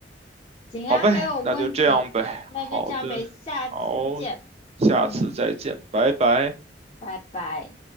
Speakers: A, on the left (about 30°); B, on the right (about 35°).
A: 行啊，
B: 好呗，
A: 没有问题。
B: 那就这样呗。
A: 那就这样呗，
B: 好的，
A: 下次见。
B: 好，下次再见，
A: 嗯，
B: 拜拜。
A: 拜拜。